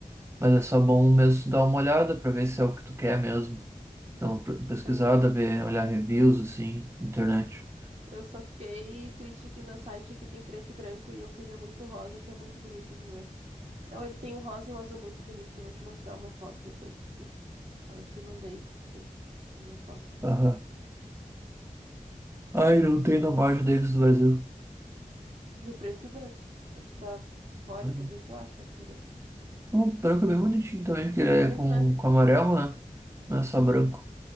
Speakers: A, on the right; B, on the right.
A: Mas é só bom mesmo dar uma olhada pra ver se é o que tu quer mesmo.
B: eu
A: Dá
B: só
A: uma
B: fiquei...
A: pr- pesquisada,
B: aham.
A: ver, olhar reviews, assim, na internet.
B: Eu só fiquei triste que no site aqui tem preto e branco e eu queria muito rosa, que é muito bonito, né? Não, eles têm um rosa e um azul muito bonito. Eu vou te mostrar uma foto depois pra tu ver. Ó, Eu te mandei pra tu ver uma foto.
A: Aham. Ai, não tem na loja deles do Brasil.
B: Tinha o preto e o branco. Acho que tá fora,
A: Uhum.
B: talvez eu ache em outro lugar.
A: O branco é bem bonitinho também, porque ele é
B: Bonito,
A: com,
B: né?
A: com amarelo, né? Não é só
B: Aham.
A: branco.